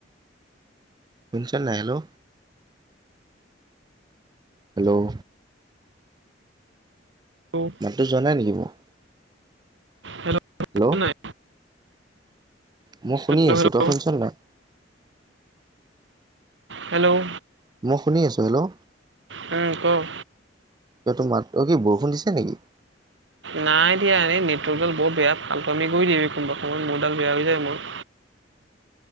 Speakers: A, on the right (about 20°); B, on the right (about 70°).
A: শুনিছা নাই? হেল্লো হেল্লো'
B: হেল্লো
A: মাতটো যোৱা নাই নেকি মোৰ?
B: হেল্ল'
A: হেল্লো'
B: হেল্ল'
A: মই শুনি
B: হেল্ল'
A: আছো, তই শুনিচ নাই?
B: হেল্লো'
A: মই শুনি আছো হেল্লো'
B: অ ক'
A: এই তোৰ মাত, এই কি বৰষুণ দিছে নেকি?
B: নাই দিয়া এনে নেটৱৰ্কডাল বৰ বেয়া ফাটুআমি কৰি দিয়ে, কোনোবা সময় মোৰডাল বেয়া হৈ যায় মোৰ।